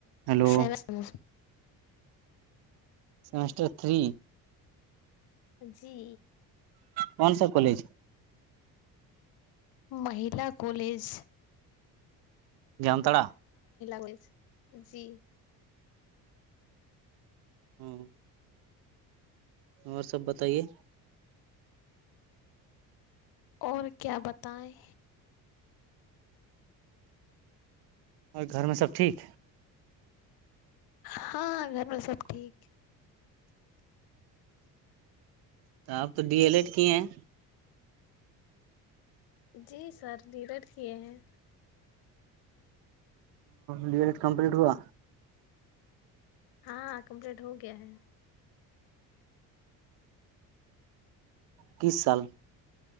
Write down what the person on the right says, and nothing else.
ہیلو
سٹر تھری
کون ساب کالج
جامتڑا <unintelligible>
ہاں اور سب بتائیے
اور گھر میں سب ٹھیک
تو آپ تو ڈی ایل ایڈ کی ہیں
بی ایڈ کمپلیٹ ہوا
کس سال